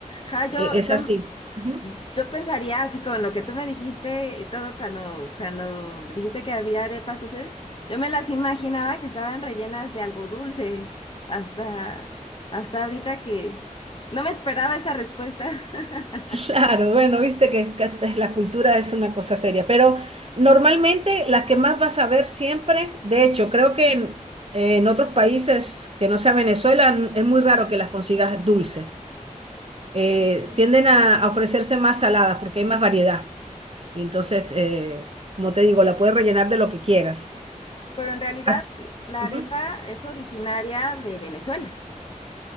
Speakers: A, on the left; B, on the right.
A: Ja, yo,
B: e- es
A: yo,
B: así. Ujú.
A: Yo pensaría así con lo que tú me dijiste y todo cuando, cuando dijiste que había arepas dulces, yo me las imaginaba que estaban rellenas de algo dulce hasta, hasta ahorita que no me esperaba esa respuesta. <laughs>
B: <laughs> Claro, bueno, viste que, que esta es la cultura es una cosa seria, pero normalmente las que más vas a ver siempre, de hecho, creo que en, en otros países que no sea Venezuela n- es muy raro que las consigas dulce. Eh,
A: Ok.
B: tienden a a ofrecerse más saladas porque hay más variedad. Y entonces, eh, como te digo, la puedes rellenar de lo que quieras.
A: Pero en realidad
B: Ah,
A: la
B: ujú.
A: arepa es originaria de Venezuela.